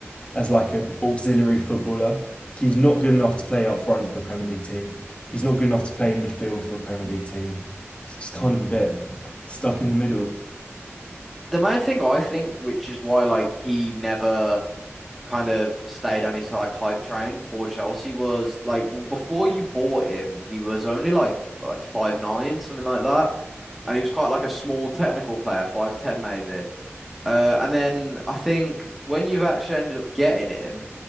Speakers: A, on the left (about 25°); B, in the centre.
A: as like an auxiliary footballer. Like he's not good enough to play up front for a Premier League team. He's not good enough to play in midfield for a Premier League team. He's just kind of a bit stuck in the middle.
B: The main thing I think, which is why like he never kind of stayed on his like hype train before Chelsea was like before you bought him, he was only like like five nine, something like that. And he was quite like a small technical player, five ten maybe. Uh, and then I think when you've actually ended up getting him,